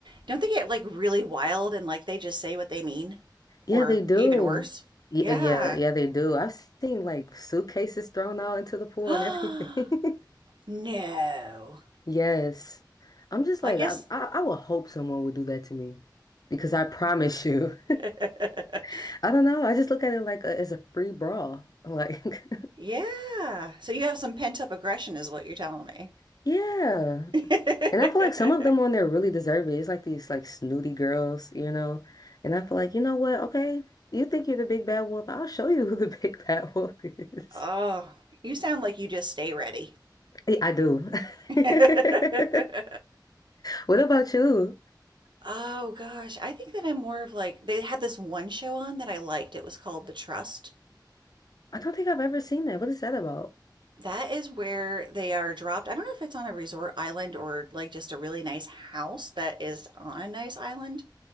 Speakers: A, on the right (about 75°); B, on the left (about 55°).
A: Don't they get like really wild and like they just say what they mean?
B: Yeah,
A: Or
B: they do.
A: even worse?
B: Yeah,
A: Yeah.
B: yeah, yeah, they do. I've seen like suitcases thrown out into the pool
A: <gasps>
B: and everything. <laughs>
A: No.
B: Yes. I'm just
A: I
B: like,
A: guess.
B: I, I, I would hope someone would do that to me because I promise you.
A: <laughs>
B: <laughs> I don't know. I just look at it like a, as a free brawl. Like,
A: Yeah. So you have some pent up aggression, is what you're telling me.
B: <laughs> yeah.
A: <laughs>
B: And I feel like some of them on there really deserve it. It's like these like snooty girls, you know. And I feel like, you know what? Okay, you think you're the big bad wolf. I'll show you who the <laughs> big bad wolf is.
A: oh, you sound like you just stay ready.
B: Yeah, I do.
A: <laughs>
B: <laughs> What about you?
A: oh gosh, I think that I'm more of like they had this one show on that I liked. It was called The Trust.
B: I don't think I've ever seen that. What is that about?
A: That is where they are dropped. I don't know if it's on a resort island or like just a really nice house that is on a nice island,